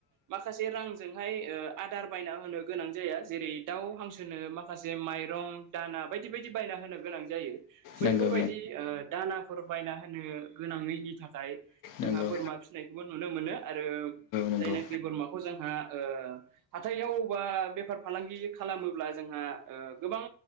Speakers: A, on the right (about 45°); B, on the left (about 45°).
A: माखासे रांजोंहाय ओ आदार बायना होनो गोनां जाया जेरै दावउ हांसोनो माखासे माइरं दाना बायदि बायदि बायना होनो गोनां जायो बैफोरबायदि
B: नंगौ
A: ओ दानाफोर बायना होनो गोनाङैनि थाखाय जोंहा
B: नंगौ
A: बोरमा फिसिनायखौ नुनो मोनो आरो
B: नंगौ
A: जायनाखि बोरमाखौ जोंहा ओ हाथायावबा बे फालांगि खालामोब्ला जोंहा ओ गोबां